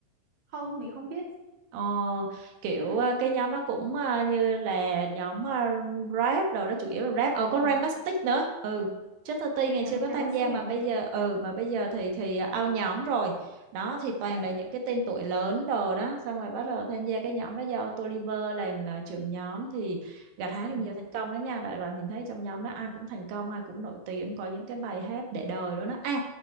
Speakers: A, on the right (about 40°); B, on the right (about 70°).
A: không mình không biết
B: Ờ, kiểu
A: ờ,
B: ờ, cái nhóm đó cũng ờ, như là nhóm ờ, rap đồ đó chủ yếu là rap ờ có
A: ờ,
B: Ramastic nữa ừ trước 30 ngày
A: làm
B: xưa có
A: làm
B: tham gia
A: thì
B: mà
A: mình
B: bây
A: biết
B: giờ ừ mà bây giờ thì thì out nhóm rồi đó thì toàn
A: ờ,
B: là những cái tên tuổi lớn đồ đó xong rồi bắt đầu tham gia cái nhóm đó do Toliver làm ờ, trưởng nhóm thì gặt hái được
A: ừ.
B: nhiều thành công đó nha đại loại mình thấy trong nhóm đó ai cũng thành công ai cũng nổi tiếng có những cái bài hát để đời luôn đó à